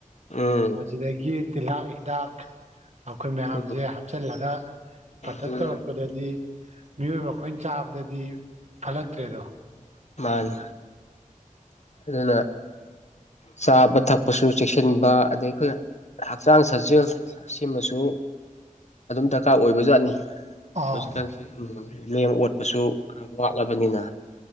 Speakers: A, on the left; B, on the right.
A: ꯎꯝ
B: ꯃꯁꯤꯗꯒꯤ ꯇꯤꯜꯍꯥꯛ ꯍꯤꯗꯥꯛ ꯑꯈꯣꯏ ꯃꯌꯥꯝꯖꯦ
A: ꯎꯝ
B: ꯍꯥꯞꯆꯤꯜꯂꯒ ꯄ꯭ꯔꯗꯛ
A: ꯎꯝ
B: ꯇꯧꯔꯛꯄꯗꯗꯤ ꯃꯤꯑꯣꯏꯕ ꯑꯩꯈꯣꯏꯅ ꯆꯥꯕꯗꯗꯤ ꯐꯠꯂꯛꯇ꯭ꯔꯦꯗꯣ
A: ꯃꯥꯅꯤ
B: ꯑꯥ
A: ꯑꯗꯨꯅ ꯆꯥꯕ ꯊꯛꯄꯁꯨ ꯆꯦꯛꯁꯤꯟꯕ ꯑꯗꯩ ꯑꯩꯈꯣꯏꯅ ꯍꯛꯆꯥꯡ ꯁꯥꯖꯦꯜ ꯁꯤꯃꯁꯨ ꯑꯗꯨꯝ ꯗ꯭ꯔꯀꯥꯔ ꯑꯣꯏꯕꯖꯥꯠꯅꯤ
B: ꯑꯣ
A: ꯍꯧꯖꯤꯛꯀꯥꯟꯁꯦ ꯎꯝ ꯂꯦꯡ ꯑꯣꯠꯄꯁꯨ ꯈꯔ ꯋꯥꯠꯂꯕꯅꯤꯅ